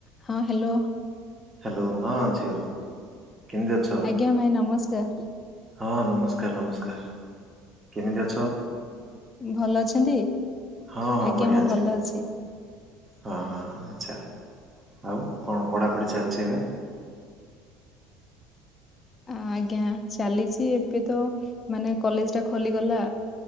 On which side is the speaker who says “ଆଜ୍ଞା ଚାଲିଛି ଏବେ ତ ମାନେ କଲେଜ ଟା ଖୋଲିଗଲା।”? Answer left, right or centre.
Left